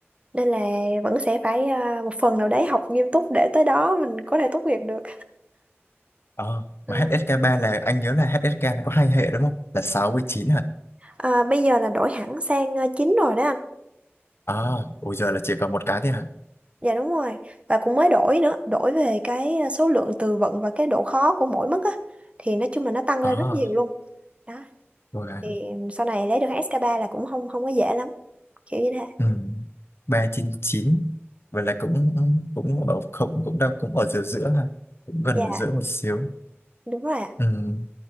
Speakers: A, on the right (about 25°); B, on the left (about 65°).
A: nên là vẫn sẽ phải à, một phần nào đấy học nghiêm túc để tới đó mình có thể tốt nghiệp được
B: Ờ,
A: à,
B: mà hsk ba là anh nhớ là HSK nó có hai hệ đúng không là 6 với 9
A: à, bây giờ là đổi hẳn sang à, chính rồi đó anh.
B: à ôi giờ là chỉ còn một cái thế hả
A: Dạ đúng rồi. Và cũng mới đổi nữa, đổi về cái à, số lượng từ vựng và cái độ khó của mỗi mức á thì nói chung là nó tăng
B: à
A: lên rất nhiều luôn. Đó,
B: rồi à.
A: thì sau này lấy được SK3 là cũng không không có dễ lắm, kiểu như thế.
B: ừ. ba trên chín vậy là cũng cũng ở không cũng đâu cũng ở giữa giữa ha cũng gần
A: Dạ,
B: ở giữa một xíu
A: đúng rồi ạ.
B: ừ.